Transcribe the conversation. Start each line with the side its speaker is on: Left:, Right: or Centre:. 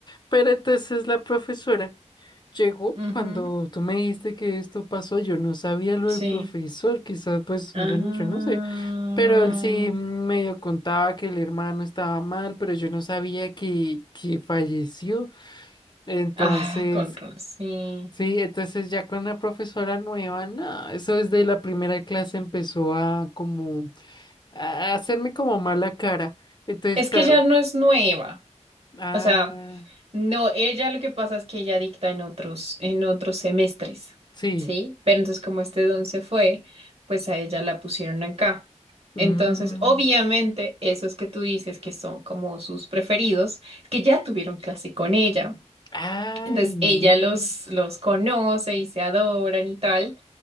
Left: Pero entonces la profesora llegó
Right: Ujú,
Left: cuando tú me dijiste que esto pasó, yo no sabía lo
Right: Sí.
Left: del profesor, quizás pues
Right: Ah,
Left: yo, no- yo no sé, pero él sí medio contaba que el hermano estaba mal, pero yo no sabía que, que falleció. Entonces,
Right: ah, con razón, sí.
Left: Sí, entonces ya con la profesora nueva, no, eso desde la primera clase empezó a como a hacerme como mala cara. Entonces,
Right: Es
Left: claro,
Right: que ya no es nueva.
Left: ah,
Right: O sea, No, ella lo que pasa es que ella dicta en otros, en otros semestres,
Left: sí.
Right: ¿sí? Pero entonces como este don se fue, pues a ella la pusieron acá.
Left: mm,
Right: Entonces, obviamente, esos que tú dices que son como sus preferidos, que ya tuvieron clase con ella.
Left: ay,
Right: Entonces,
Left: no.
Right: ella los, los conoce y se adoran y tal.